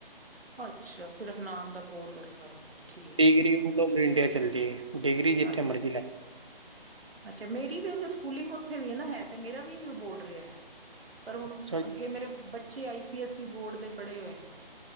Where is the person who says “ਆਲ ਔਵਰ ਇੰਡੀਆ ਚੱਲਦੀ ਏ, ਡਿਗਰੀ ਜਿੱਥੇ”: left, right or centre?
Right